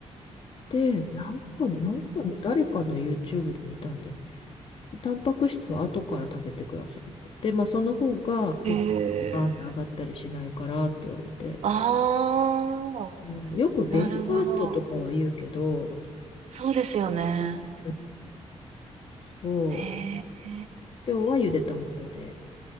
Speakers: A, on the left; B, on the right.
A: で、なんか、なんかの誰かの YouTube で見たんだよね。タンパク質は後から食べてくださいって。で、まあその方が血糖値バーンって上がったりしないからって言われて。
B: へえ。ああ、
A: うん、よくベジファーストとかは言うけど、
B: なるほど。そうですよね。
A: うんそ
B: へえ。
A: う、今日はゆで卵で、